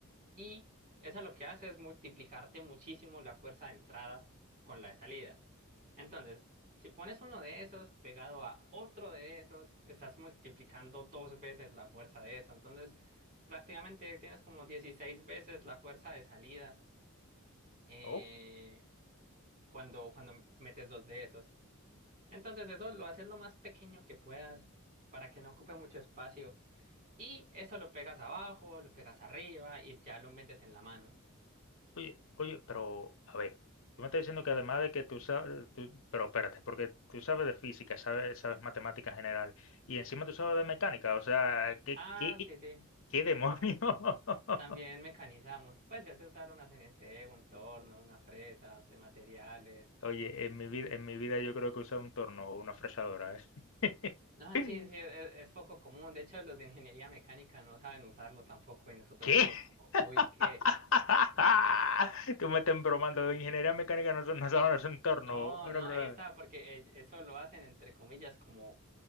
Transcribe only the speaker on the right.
Y eso lo que hace es multiplicarte muchísimo la fuerza de entrada con la de salida. Entonces, si pones uno de esos pegado a otro de esos, estás multiplicando dos veces la fuerza de eso. Entonces, prácticamente tienes como 16 veces la fuerza de salida eh,
cuando, cuando metes dos de esos. Entonces, eso lo haces lo más pequeño que puedas para que no ocupe mucho espacio. Y eso lo pegas abajo, lo pegas arriba y ya lo metes en la mano.
Ah,
sí, sí.
Ah,
también mecanizamos. Pues ya se usaron una CNC, un torno, una fresa de materiales.
No,
sí, sí, es, es poco común. De hecho, los de ingeniería mecánica no saben usarlo tampoco y nosotros
somos como,
uy, ¿qué?
No,
no,
ahí está, porque eh, eso lo hacen entre comillas como